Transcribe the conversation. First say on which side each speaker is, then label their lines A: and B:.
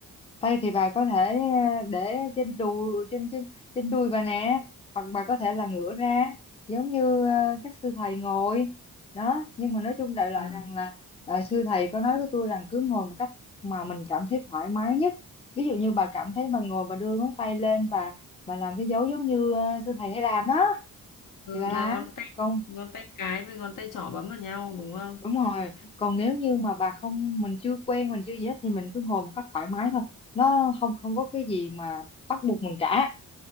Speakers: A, on the left; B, on the left.
A: tay thì bà có thể ờ, để trên đùi trên trên trên đùi bà nè hoặc bà có thể là ngửa ra giống như ờ, các sư thầy ngồi đó nhưng mà nói chung đại loại
B: à,
A: rằng là ờ, sư thầy có nói với tôi rằng cứ ngồi một cách mà mình cảm thấy thoải mái nhất ví dụ như bà cảm thấy bà ngồi bà đưa ngón tay lên bà bà làm cái dấu giống như ờ, sư thầy hay làm đó
B: ừ,
A: thì bà làm
B: là ngón tay
A: còn
B: ngón tay cái với ngón tay trỏ bấm vào nhau đúng không
A: đúng rồi còn nếu như mà bà không mình chưa quen mình chưa gì hết thì mình cứ ngồi một cách thoải mái thôi nó không không có cái gì mà bắt buộc mình cả